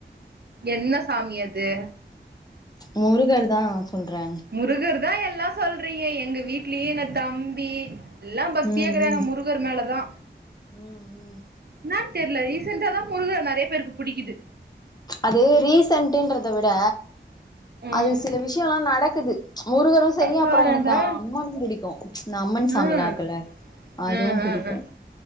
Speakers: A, on the right; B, on the left.
A: என்ன சாமி அது
B: முருகர் தா சொல்றே
A: முருகர் தா எல்லா சொல்றீங்க எங்க வீட்லயு எங்க தம்பி எல்லா பக்தியா
B: ம்
A: இக்குறாங்க
B: ம்
A: முருகர் மேலதா
B: ம் ம்
A: என்ன தெர்ல ரிசண்டாதா முருகர் நிறைய பேருக்கு பிடிக்குது
B: அது ரீசன்ட்டுன்றத விட
A: ம்
B: அது சில விஷயோல்லா நடக்குது முருகரு சரி
A: பாரேன்டா
B: அப்றோ எனக்கு அம்மனு பிடிக்கு இந்த அம்மன் சாமில்லா
A: ம்
B: இருக்குலா அதுவு
A: ம் ம்
B: புடிக்கும்
A: ம்